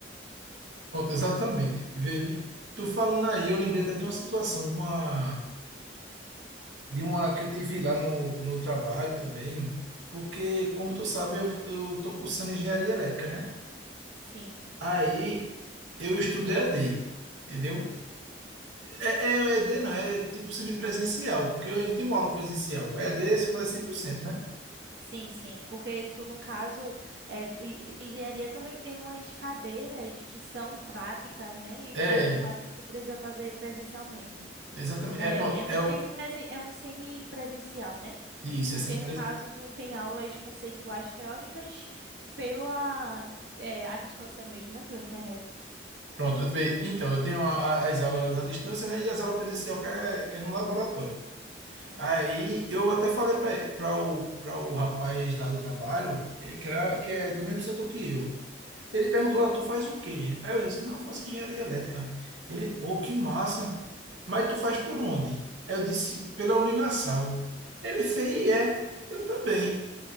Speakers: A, on the right; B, on the right.
A: Pronto, exatamente. Vivi, tu falando aí, eu lembrei até de uma situação, de uma, de uma que eu tive lá no, no trabalho também, porque, como tu sabe, eu, eu tô cursando engenharia elétrica, né?
B: Sim.
A: Aí eu estudo EAD, entendeu? É, é um EAD, não, é tipo semipresencial, porque eu ainda tenho aula presencial. EAD é quando é cem por cento né?
B: Sim, sim, porque tu, no caso, é, e- engenharia também tem umas cadeiras que são práticas, né? E
A: É,
B: daí, no caso, tu precisa fazer presencialmente.
A: exatamente.
B: É,
A: É pronto,
B: é um
A: é
B: semipresen,
A: o,
B: é um semipresencial, né?
A: isso,
B: Porque,
A: é semipresencial.
B: no caso, tu tem aulas conceituais teóricas pela, é, à distância mesmo, né? Pela internet.
A: Pronto, eu ve- então, eu tenho a- a- as aulas à distância, né? E as aulas presencial que é, que é no laboratório.
B: Sim.
A: Aí eu até falei para o, para o rapaz lá do trabalho, eh, que, era, que é do mesmo setor que eu. Ele perguntou, ah, tu faz o quê? Aí eu disse, não, eu faço engenharia elétrica. Ele, pô, que massa. Mas tu faz por onde? Aí eu disse, pela Uninasal. Ele fez, e é, eu também.